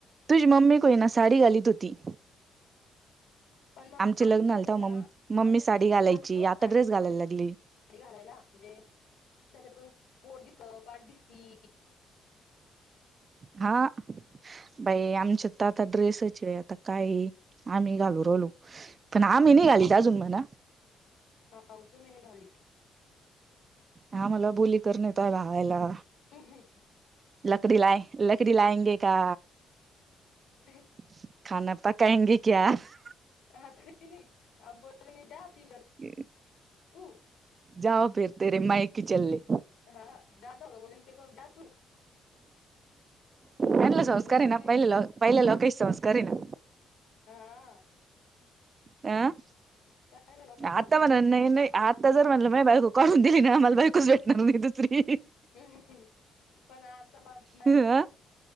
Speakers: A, on the right (about 40°); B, on the left (about 80°).
A: तुझी मम्मी कोय ना साडी घालीत होती.
B: पण मग
A: आमचे
B: आमच्यात
A: लग्न झालं
B: आहे
A: तवा
B: ना,
A: मम्मी मम्मी
B: आमच्यात
A: साडी
B: नाही
A: घालायची
B: चालत नवसात.
A: आता ड्रेस घालायला लागली
B: कपडी घालायला, म्हणजे त्याच्यातून पोट दिसतं, पाठ दिसती.
A: हा. बाई आमच्या तर आता ड्रेसचीय, आता काय आम्ही घालू रोलू. पण आम्ही निघालीत अजून म्हणा.
B: हो तो मी निघालीत.
A: हा मला बोली करून येताय भावायला.
B: हमं हमं.
A: लकडी लाय, लकडी लायंगे का
B: <unintelligible>
A: <unintelligible>
B: हा काही नाही अ बोले जा पिलं.
A: के
B: कु
A: जाव फिरते रे मईकी चल्ले.
B: हा जादाव का बोल ते जा तू.
A: कलं संस्कार
B: दो
A: आहे
B: तीन
A: ना,
B: दिन
A: पहिले ल पहिले लोकांचे संस्कारे ना.
B: हा.
A: आं?
B: पहिलं लोकांचे
A: आता
B: संस्कार
A: म्हण नाही नाही आता जर म्हणलं मा बायक काढून दिली ना आ मला बायकूच भेटणार नई दुसरी.
B: हम्म, हम्म हम्म पण आता बा माहिते.
A: ह